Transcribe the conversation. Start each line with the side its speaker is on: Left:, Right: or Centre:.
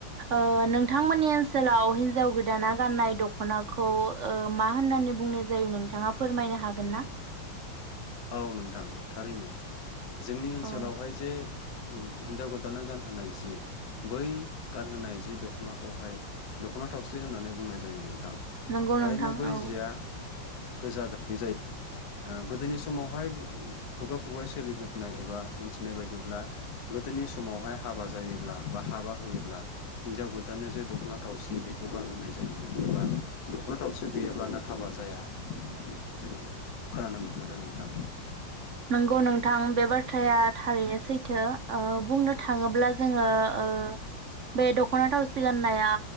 Right: ओ नोंथांमोननि ओनसोलाव हिनजाव गोदाना गाननाय दख'नाखौ ओ मा होननानै बुंनाय जायो नोंथाङा फोरमायनो हागोन ना?
Left: औ नोंथां थारैनो । जोंनि ओनसोलावहाय
Right: औ
Left: जे ओ हिन्जाव गोदाननो गानहोनाय जि बै गानहोनाय जि दखनाखौहाय दख'ना थावसि होननानै बुंनाय जायो नों थां
Right: नंगौ
Left: थारैनो
Right: नोंथां
Left: बै
Right: औ
Left: जिया। गोजा गाबनि जायो ओ गोदोनि सु समावहाय खुगा खुगा सोलिबोनाय एबा मोनथिनाय बायदिब्ला गोदोनि समावहाय हाबा जायोब्ला बा हाबा होयोब्ला हिनजाव गोदाननो जे दखना थावसि बेखौ गानहोनाय जायोमोन एबा दखना थावसि गैयाब्लानो हाबा जाया होननाय जोङो खोनानो मोनबोदों नों थां।
Right: नोंगौ नोंथां बे बाथ्राया थारैनो सैथो ओ बुंनो थाङोब्ला जोङो ओ बे दख'ना थावसि गाननाया